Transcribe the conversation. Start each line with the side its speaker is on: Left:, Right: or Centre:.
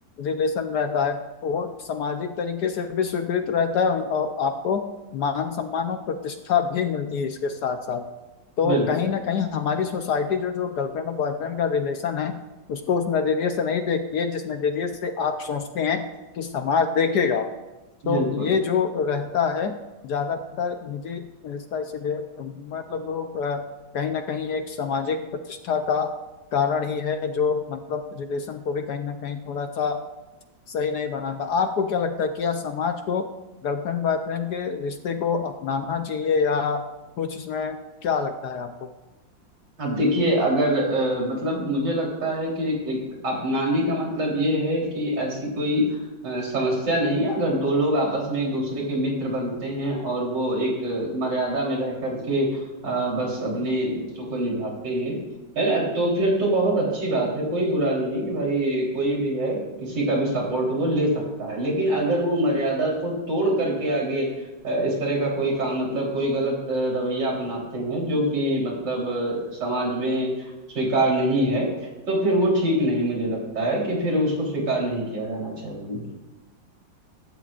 Left: रिलेशन रहता है तो वो सामाजिक तरीके से भी स्वीकृत रहता है और आपको मान सम्मान और प्रतिष्ठा भी मिलती है इसके साथ साथ तो
Right: बिल्कुल
Left: कहीं ना कहीं हमारी सोसाइटी जो जो गर्लफ्रेंड और बॉयफ्रेंड का रिलेशन है उसको उस नजरिए से नहीं देखती है जिस नजरिए से आप सोचते हैं कि समाज देखेगा तो
Right: बिल्कुल
Left: ये जो रहता है ज्यादातर निजी रिश्ता इसीलिए मतलब लोग अ, कहीं ना कहीं एक सामाजिक प्रतिष्ठा का कारण ही है जो मतलब रिलेशन को भी कहीं ना कहीं थोड़ा सा सही नहीं बनाता आपको क्या लगता है कि या समाज को गर्लफ्रेंड बॉयफ्रेंड के रिश्ते को अपनाना चाहिए या कुछ इसमें क्या लगता है आपको
Right: अब देखिए अगर अ, मतलब मुझे लगता है कि एक अपनाने का मतलब ये है कि ऐसी कोई अ, समस्या नहीं है अगर दो लोग आपस में एक दूसरे के मित्र बनते हैं और वो एक अ, मर्यादा में रह करके अ, बस अपने रिश्तों को निभाते हैं है ना तो फिर तो बहुत अच्छी बात है कोई बुरा नहीं है कि भाई कोई भी है किसी का भी सपोर्ट वो ले सकता है लेकिन अगर वो मर्यादा को तोड़ करके आगे अ, इस तरह का कोई काम मतलब कोई गलत अ, रवैया अपनाते हैं जो कि मतलब अ, समाज में स्वीकार नहीं है तो फिर वो ठीक नहीं मुझे लगता है कि फिर उसको स्वीकार नहीं किया जाना चाहिए